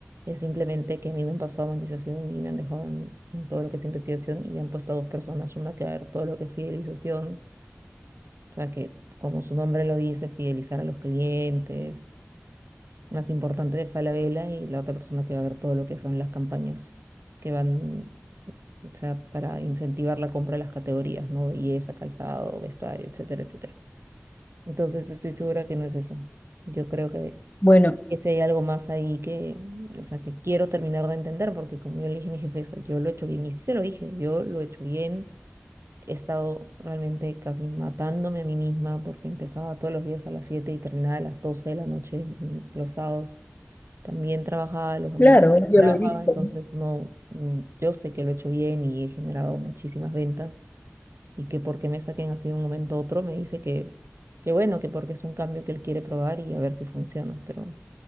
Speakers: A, on the right (about 65°); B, on the left (about 35°).
A: Es simplemente que a mí me han pasado monetización y me han dejado en, en todo lo que es investigación y han puesto a dos personas, una que va a ver todo lo que es fidelización, o sea que, como su nombre lo dice, fidelizar a los clientes, más importante de Falabella, y la otra persona que va a ver todo lo que son las campañas que van, o sea, para incentivar la compra de las categorías, ¿no? Belleza, calzado, vestuario, etcétera, etcétera. Entonces estoy segura que no es eso. Yo creo que
B: Bueno,
A: ese hay algo más ahí que, o sea, que quiero terminar de entender, porque como yo le dije a mi jefeza, yo lo he hecho bien, y sí se lo dije, yo lo he hecho bien, he estado realmente casi matándome a mí misma, porque empezaba todos los días a las 7 y terminaba a las 12 de la noche, mm, los sábados también trabajaba, los domingos
B: claro,
A: también
B: yo
A: trabajaba,
B: lo he visto.
A: entonces no, mm, yo sé que lo he hecho bien y he generado muchísimas ventas y que por qué me saquen así de un momento a otro, me dice que, que bueno, que porque es un cambio que él quiere probar y a ver si funciona, pero